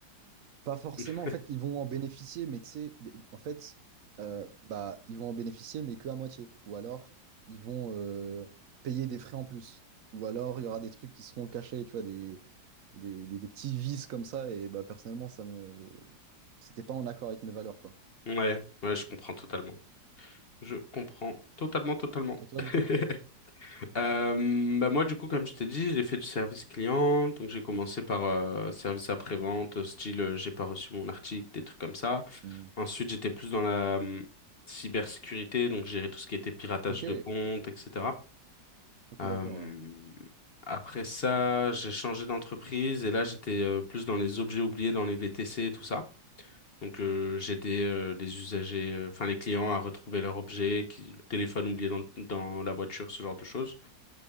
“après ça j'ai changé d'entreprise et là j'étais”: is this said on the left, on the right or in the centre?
Left